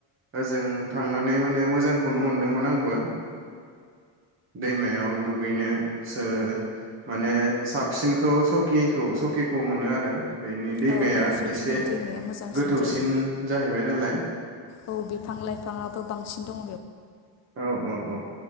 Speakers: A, on the right; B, on the left.
A: ओजों थांनानै माने मोजांखौनो मोनदोंमोन आंबो। दैमायाव दुगैनो सो माने साबसिनखौ सकिखौ सकिखौ मोनो आरो। बेनि दैमाया
B: औ औ सकिनि
A: एसे
B: दैमाया मोजांसिन
A: गोथौसिन
B: जायो
A: जाहैबाय नालाय
B: औ बिफां लाइफाङाबो बांसिन दङ
A: औ औ औ।